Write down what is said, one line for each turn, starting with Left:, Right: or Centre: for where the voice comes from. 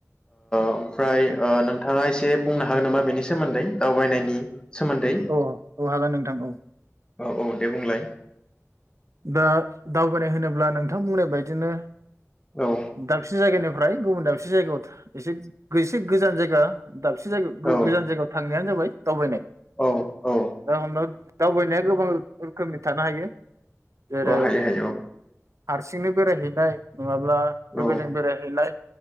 Left: ओमफ्राय नोंथाङा इस दे बुंनो हागोन नामा बेनि सा सोमोन्दै दावबायनायनि सोमोन्दै
Right: औ औ हागोन नोंथां औ।
Left: औ औ दे बुंलाय
Right: दा दावबायनाय होनोब्ला नोंथां बुंनाय बायदिनो
Left: औ
Right: दाबसे‌ जायगोननि ओमफ्राय गुबुन दाबसे एसे जायगायाव एसे गोजान जायगा दाबसे जायायाव
Left: औ
Right: गोजान जायगायाव थां थांनायानो जाबाय दावबायनाय
Left: औ औ
Right: दा हमनो दावबायनाया गोबां रोखोमनि थानो हायो। जेरै
Left: औ हायो हायो औ।
Right: हारसिंनो बेरायहैनाय। नङाब्ला लोगोजों
Left: औ
Right: बेरायहैलाय।